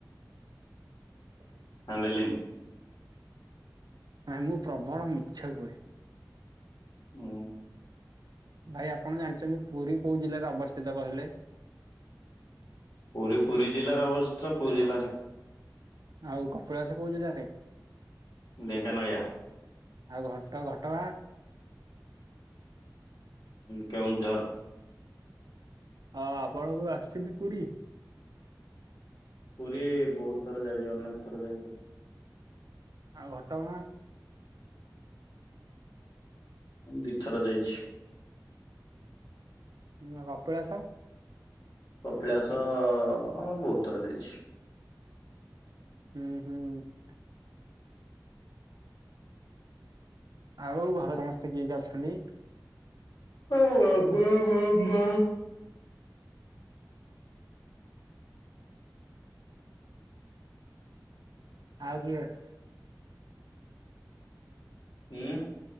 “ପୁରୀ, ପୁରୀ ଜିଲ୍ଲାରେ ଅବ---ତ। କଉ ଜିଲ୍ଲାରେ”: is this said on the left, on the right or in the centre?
Left